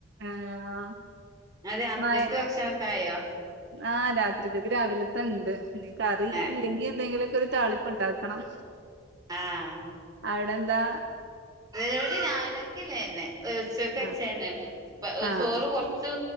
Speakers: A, on the right; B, on the right.
A: ആഹ്
B: <unintelligible> രാത്രിയ്ക്ക്
A: മയ
B: ഭക്ഷണം ഒക്കായോ
A: ആഹ് രാത്രിക്കക്ക് രാവിലത്ത ഇണ്ട് ഇനി കറി
B: ഏഹ്
A: ഇല്ലെങ്കി എന്തെങ്കിലൊക്കെ ഒരു താളിപ്പ് ഇണ്ടാക്കണം <unintelligible>
B: ആഹ്
A: അവിടെന്താ
B: ഇപടി രാവിലെക്ക്ല്ലേന്നെ ഉച്ചക്ക് വെച്ചന്നെ
A: ആഹ്
B: ഇണ്ട് ഇപ്പ
A: ആഹ്
B: ചോറ് കൊർച്ച്